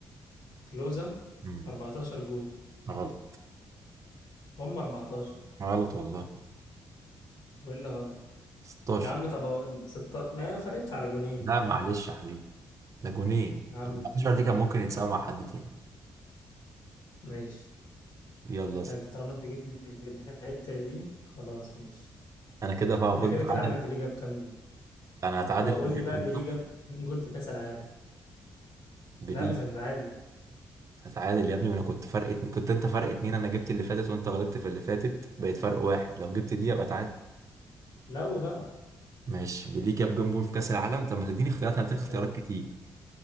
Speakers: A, on the left; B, on the right.
A: كلوزا
B: امم
A: 14 جول
B: غلط
A: هم 14
B: غلط والله
A: وايه اللي غلط
B: 16
A: يا عم طب اقول ستة ما فرقتش على جونين
B: لا
A: يعني
B: معلش يا حبيبي ده جونين
A: يا عم
B: 14
A: ماشي
B: دي كان ممكن يتساوي مع حد تاني
A: ماشي
B: يلا
A: حلو
B: اسأل
A: طالما انت جيت لي في الحتة دي خلاص ماشي
B: انا كده
A: انا
B: فوز
A: كده
B: اتعادل
A: كده عارف بيليه جاب كام جول
B: انا هتعادل
A: اه
B: في
A: قول
B: الجيم
A: لي بقى بيليه
B: صح
A: جاب كام جول في كأس العالم
B: بليه
A: لا مش هتتعادل
B: هتعادل يا ابني وانا كنت فرق اتنين كنت انت فرق اتنين انا جبت اللي فاتت وانت غلطت في اللي فاتت بقيت فرق واحد لو جبت دي يبقى تعادل
A: لو بقى
B: ماشي بليه جاب جون جون في كاس العالم طب ما تديني اختيارات انا هديك اختيارات
A: اه
B: كتير